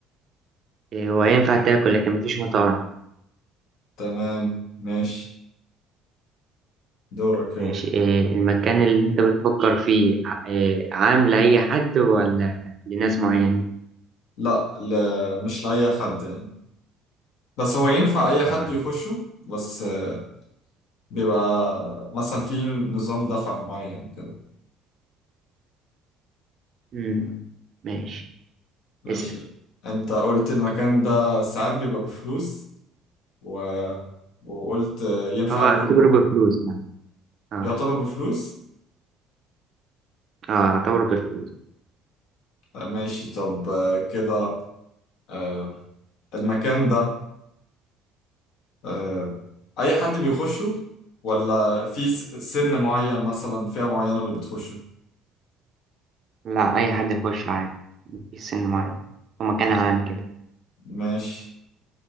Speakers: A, on the right; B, on the left.
A: إيه هو ينفع تاكل لكن مفيش مطاعم
B: تمام ماشي دورك يلا
A: ماشي إيه المكان اللي انت بتفكر فيه ع- إيه عام لأي حد ولا لناس معينين
B: لا لا مش لأي حد يعني بس هو ينفع اي حد
A: اه
B: يخشه بس آه، بيبقى مثلا في نظام دفع معين كده
A: امم ماشي
B: ماشي
A: اسأل
B: انت قلت المكان ده ساعات بيبقى بفلوس و... وقلت آه، ينفع
A: هو اعتبره
B: اكل جوه
A: بفلوس يعني اه
B: يعتبر بفلوس
A: اه اعتبره بفلوس
B: آه، ماشي طب آه، كده آه، المكان ده آه، اي حد بيخشه ولا في س- سن معين مثلا فئة معينة اللي بتخشه
A: لا اي حد يخش عادي مفيش سن معين هو مكان
B: ت-
A: عام كده
B: ماشي